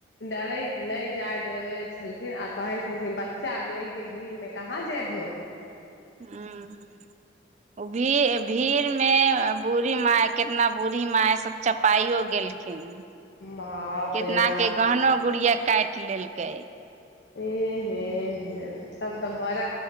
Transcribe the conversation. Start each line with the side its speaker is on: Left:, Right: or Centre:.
Left: डरै नहि जाय देबे छलखिन आ कहे छलखिन बच्चा ले के भीड़ मे कहाँ जेयबहो
Right: <unintelligible> हुँ ओ भीड़ भीड़ में बूढ़ी माय कितना बूढ़ी माय सब चपाइयो गेलखिन
Left: बाप
Right: केतना
Left: रे बा
Right: के गहनो गुड़िया काटि लेलके
Left: एह हे हे तब तऽ बड़ा